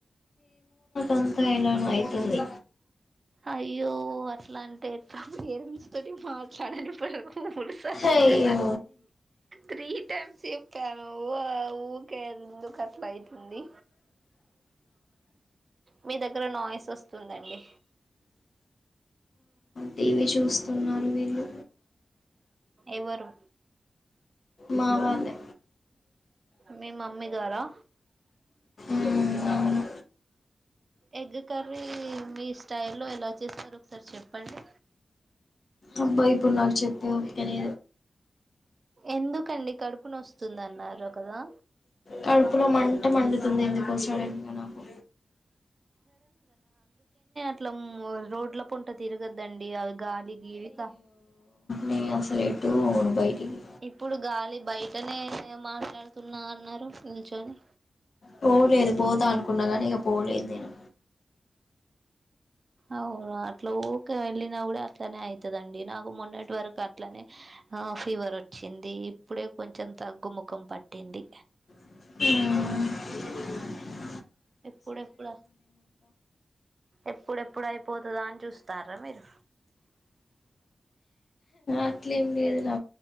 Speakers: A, on the left; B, on the right.
A: అంత ఎలానో అయితుంది
B: అయ్యో అట్లంటే ఎట్ల తొటి మాట్లాడని పను మూడు సార్లు
A: అయ్యో
B: త్రీ టైమ్స్ చెప్పాను ఊ ఊకే ఎందుకట్లైతుంది మీ దగ్గర నాయిసొస్తుందండి
A: టీ వీ చూస్తున్నారు వీళ్ళు
B: ఎవరు
A: మావాలె
B: మీ మమ్మీ గారా
A: మ్మ్
B: ఎగ్ కర్రీ మీ స్టైలో ఎలా చేస్తారు ఒకసారి చెప్పండి
A: అబ్బా ఇప్పుడు నాకు చెప్పు ఓప్కనే
B: ఎందుకండి కడుపు నొస్తుంది అన్నారు కదా
A: కడుపులో మంట మండి తుంది అందుకోసమనే ఇంగ నాకు
B: ట్లం రోడ్ల పుంట తిరగద్దండి అవి గాలి గీలిక
A: నేనసలెట్టు బోను బైటికి
B: ఇప్పుడు గాలి బయటనే మాట్లాడుతున్నా అన్నారు నిల్చొని
A: పోలేదు పోదా అనుకున్నా కానీ ఇగ పోలేదు నేను
B: అవునా అట్ల ఊకే వెళ్ళినా గుడ అట్లనే అయితదండి నాగు మొన్నటి వరకు అట్లనే ఆ ఫీవర్ వచ్చింది ఇప్పుడే కొంచెం తగ్గుముఖం పట్టింది
A: మ్మ్
B: ఇప్పుడెప్పుడ ఎప్పుడెప్ ప్పుడయిపోతుదా అని చూస్తారా మీరు
A: అట్లేమి లేదు నా